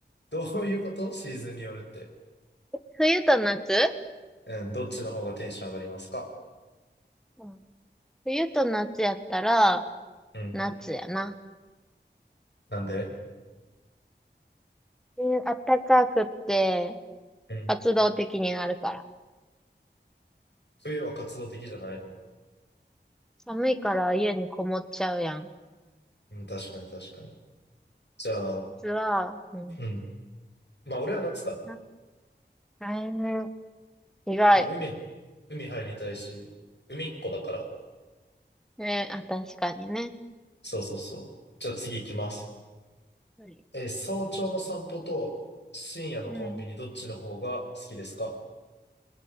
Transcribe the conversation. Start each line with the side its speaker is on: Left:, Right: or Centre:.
Left: どういうことシーズンによるって。
Centre: 冬と夏
Left: うん、どっちの方がテンション上がりますか
Centre: うん冬と夏やったら、
Left: うん。
Centre: 夏やな。
Left: なんで
Centre: うん、暖かくって、
Left: うん。
Centre: 活動的になるから。
Left: 冬は活動的じゃないの
Centre: 寒いから家にこもっちゃうやん。
Left: うん、確かに確かに。じゃあ、
Centre: 夏は、うん。
Left: うん。まあ俺は夏かな。
Centre: あ来年、意外。
Left: まあ、海、海入りたいし、海っ子だから。
Centre: ね、あ、確かにね。
Left: そうそうそう。じゃあ次行きます。
Centre: はい。
Left: えー早朝の散歩と深夜のコンビニどっちの方が好きですか
Centre: うん。